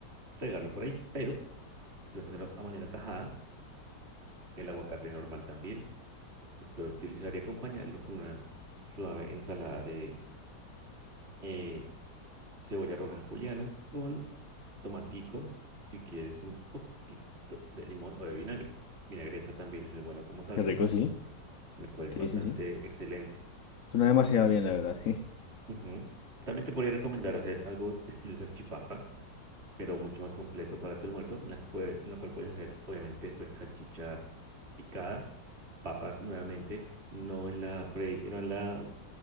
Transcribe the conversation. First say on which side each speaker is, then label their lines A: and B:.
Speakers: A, on the right; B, on the left.
A: regarlo por ahí. Pero Si lo haces a a manera tajada, el aguacate normal también se puede utilizar y acompañarlo con una suave ensalada de eh, cebolla roja en julianas con tomatico y si quieres un poquito de limón o de vinagre. Vinagreta también es muy buena como salsa,
B: Qué rico, sí.
A: la cual es
B: Sí,
A: bastante
B: sí, sí.
A: excelente.
B: Suena demasiado bien, la verdad. <laughs>
A: Ujú. También te podría recomendar hacer algo estilo salchipapa pero mucho más completo para tu almuerzo, en la, que puede- en lo cual puedes hacer, obviamente, pues salchicha picada, papas nuevamente, no en la fre- eh, no en la